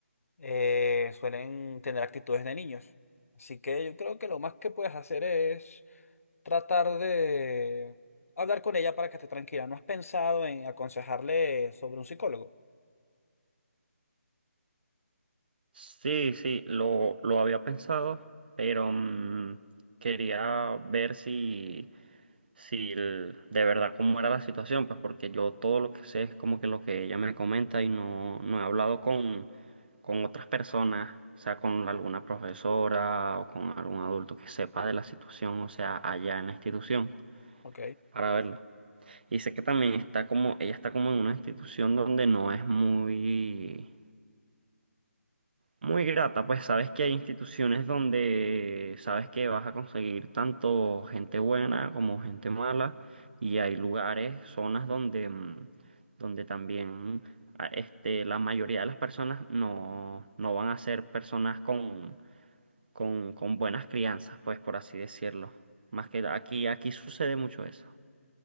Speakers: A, on the left; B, on the right.
A: eh, suelen tener actitudes de niños. Así que yo creo que lo más que puedes hacer es tratar de hablar con ella para que esté tranquila. ¿No has pensado en aconsejarle sobre un psicólogo?
B: Sí, sí, lo, lo había pensado, pero mm, quería ver si, si el- de verdad cómo era la situación, pues porque yo todo lo que sé es como que lo que ella me comenta y no, no he hablado con, con otras personas, o sea, con alguna profesora o con algún adulto que sepa de la situación, o sea, allá en la institución,
A: Ok.
B: para verlo. Y sé que también está como, ella está como en una institución donde no es muy... Muy grata, pues sabes que hay instituciones donde sabes que vas a conseguir tanto gente buena como gente mala y hay lugares, zonas donde, mm, donde también a- este, la mayoría de las personas no, no van a ser personas con, con, con buenas crianzas, pues por así decirlo. Más que aquí, aquí sucede mucho eso.